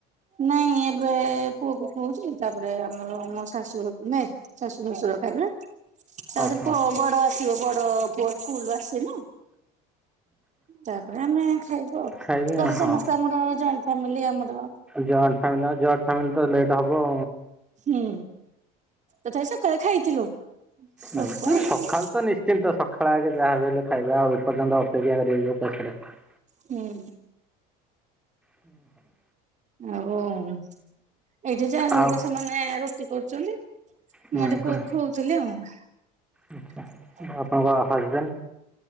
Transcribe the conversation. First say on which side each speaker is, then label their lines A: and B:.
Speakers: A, on the right; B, in the centre.
A: ନାଇଁ ଏବେ। ପୁଅ କୁ ଖୁଅଉଛି ତାପରେ ଆମର ମୋ ଶାଶୁ ନାଇ ଶାଶୁ ଶଶୁର ଖାଇବେ। ତାପରେ
B: ଓହୋ
A: ବ-ବଡ ଆସିବ ବଡ ପୁଅ ସ୍କୁଲରୁ ଆସିବ। ତାପରେ ଆମେ ଖାଇବୁ ଆଉ
B: ଖାଇବେ
A: ଘରେ
B: ହଁ
A: ସମସ୍ତେ ଆମର ଜଏଣ୍ଟ ଫ୍ୟାମିଲି ଆମ
B: ଜଏଣ୍ଟ ଫ୍ୟାମିଲୀ ଅ ଜଏଟ ଫ୍ୟାମିଲୀ ତ ଲେଟ୍ ହବ।
A: ହୁଁ ତଥାପି ସକାଳେ ଖାଇଥିଲୁ। ଭୋକ
B: ନାଇ ହୁଁ
A: ହେଇନି
B: ସଖାଳୁ ତ ନିଶ୍ଚିନ୍ତ ସ ଖରା ବେଳେ କେ ଯାହା ବି ହେଲେ ଖାଇବା ଆଉ ଏପର୍ଯ୍ୟନ୍ତ ଅପେକ୍ଷା କରିବ କିଏ। <unintelligible>
A: ହୁଁ
B: ହୁଁ ହୁଁ।
A: ଆଉ ଏଇଠି ଯା ଘରିକା
B: ଆଉ
A: ସେମାନେ ରୁଟି କରୁଛନ୍ତି।
B: ହୁଁ
A: ମୁଁ ଏଇଠି ପୁଅକୁ
B: ହୁଁ
A: ଖୁଅଉଥିଲି ଆଉ।
B: ଆଚ୍ଛା ଆପଣଙ୍କ ହଜବେଣ୍ଡ?